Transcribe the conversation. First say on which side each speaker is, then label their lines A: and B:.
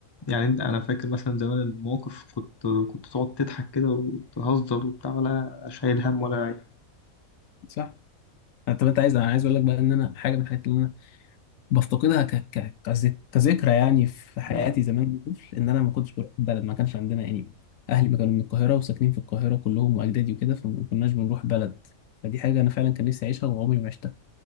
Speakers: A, on the left; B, on the left.
A: يعني أنت- أنا فاكر مثلا زمان المواقف كنت كنت تقعد تضحك كده وتهزر وبتاع ولا شايل هم ولا أي حاجة
B: صح طب انت عايز انا عايز اقول لك بقى ان انا حاجه من الحاجات اللي انا بفتقدها ك... ك... كذك... كذكرى يعني في حياتي
A: آه.
B: زمان وأنا طفل ان انا ما كنتش بروح بلد ما كانش عندنا يعني اهلي ما كانوا من القاهره وساكنين في القاهره كلهم واجدادي وكده فما كناش بنروح بلد فدي حاجه انا فعلا كان نفسي اعيشها وعمري ما عشتها